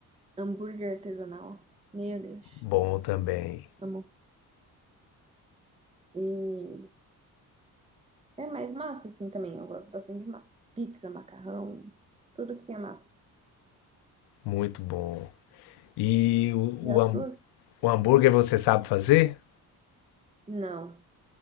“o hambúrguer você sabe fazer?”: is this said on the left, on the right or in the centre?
Left